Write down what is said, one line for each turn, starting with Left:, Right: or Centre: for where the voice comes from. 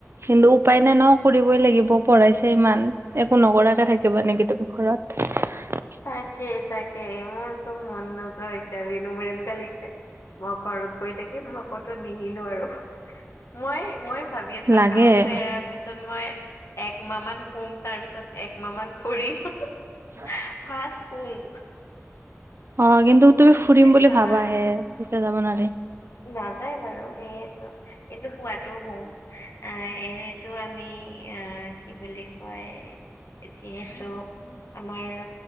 Right: কিন্তু উপায় নাই ন' কৰিবই লাগিব পঢ়াইছে ইমান একো নকৰাকে থাকিবা নেকি তুমি ঘৰত? <unintelligible>
Left: তাকে-তাকে মোৰতো মন নোযোৱা হৈছে আৰু এনে মোৰ এনেকুৱা লাগিছে মই ঘৰত বহি থাকিম মই কতো নিহিলো আৰু। মই -মই ভাবি আছো
Right: লাগে
Left: আ, কামটো এৰা ৰাৰ পিছত মই একমাহ মান শুম তাৰপিছত একমাহ মান ফুৰিম <unintelligible>
Right: <inaudible>
Left: ফাৰ্ষ্ট শুম।
Right: অ, কিন্তু তুমি
Left: আমি
Right: ফুৰিম
Left: যে
Right: বুলি
Left: চাবা
Right: ভাবাহে তেতিয়া যাব নোৱাৰি।
Left: নাযায় বাৰু সেয়েটো কিন্তু শুৱাত তো শুম আ, এনেতো আমি আ, কি বুলি হয় যিহেতু আমাৰ